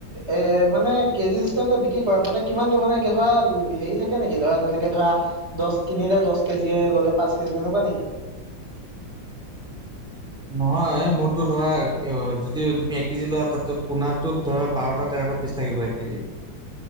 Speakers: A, on the right (about 35°); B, in the centre.
A: এ মানে কেজি চিছষ্টম যে বিক্ৰী কৰা মানে কিমান ত মানে হে থাকে কেনেকে ধৰা তেনেকে ধৰা দহ কিনিলে দহ কেজি ললে পাঁচ কেজি তেনেকুৱা নেকি
B: নহয় মোৰতো ধৰা যদি তুমি এক কেজি লোৱা তাত পোনোত ধৰা বাৰটা তেৰটা পিছ থাকিব এক কেজিত